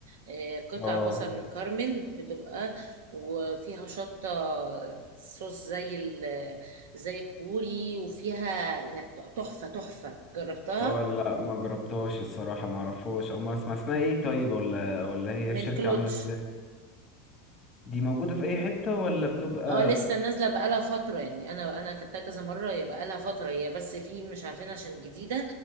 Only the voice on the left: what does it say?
اه
اه لا ما جربتهاش الصراحة ما اعرفهاش او ما اسمع اسمها ايه طيب ولا ولا هي
الشركة
عاملة ازاي دي موجوده في اي حته ولا بتبقى